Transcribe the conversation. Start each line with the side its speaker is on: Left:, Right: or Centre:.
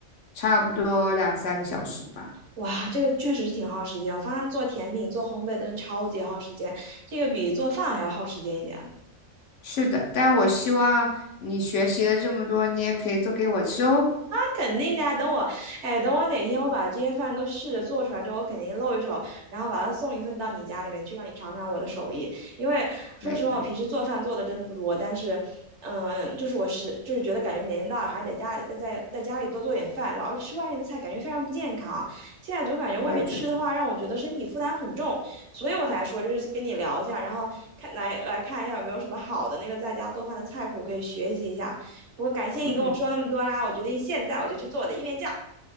Left: 差不多两三个小时吧。
Right: 哇，这个确实是挺耗时间。我发现做甜品、做烘焙真的超级耗时间，这个比做饭还要耗时间一点。
Left: 是的，但我希望你学习了这么多，你也可以做给我吃哦。
Right: 肯定的呀。等我，哎，等我哪天我把这些饭都试着做出来之后，我肯定露一手，然后把它送一份到你家里面去，让你尝尝我的手艺。因为说实话，
Left: 可以可以，
Right: 我平时做饭做的真的不多，但是，嗯，就是我是就是觉得感觉年龄大了，还得家里在在在家里多做点饭，老是吃外面的菜，感觉非常不健康。现在总感觉外面吃的话，
Left: 我也觉得，
Right: 让我觉得身体负担很重，所以我才说就是跟你聊一下，然后看来来看一下有没有什么好的那个在家做饭的菜谱可以学习一下。我感谢你跟我说那么多啦，
Left: 嗯，
Right: 我决定现在我就去做我的意面酱。